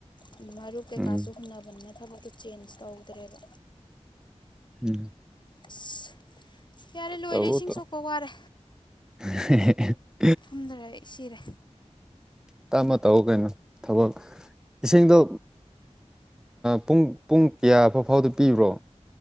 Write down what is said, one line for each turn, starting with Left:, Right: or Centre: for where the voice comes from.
Left: ꯑꯗꯨ ꯃꯔꯨꯞ ꯀꯩꯀꯥꯁꯨ
Centre: ꯎꯝ
Left: ꯍꯨꯟꯅꯕꯅꯤꯅ ꯊꯕꯛꯇꯣ ꯆꯦꯟꯖ ꯇꯧꯗ꯭ꯔꯦꯕ
Centre: ꯎꯝ
Left: ꯑꯁ ꯌꯥꯔꯦ ꯂꯣꯏꯔꯦ
Centre: ꯇꯧ
Left: ꯏꯁꯤꯡ
Centre: ꯇꯧ
Left: ꯁꯣꯛꯄ ꯋꯥꯔꯦ
Centre: <unintelligible>
Left: ꯐꯨꯝꯗꯔꯦ ꯁꯤꯔꯦ
Centre: ꯇꯞꯃ ꯇꯧ ꯀꯩꯅꯣ ꯊꯕꯛ ꯏꯁꯤꯡꯗꯣ ꯄꯨꯡ ꯄꯨꯡ ꯀꯌꯥ ꯐꯥꯎꯗ ꯄꯤꯕ꯭ꯔꯣ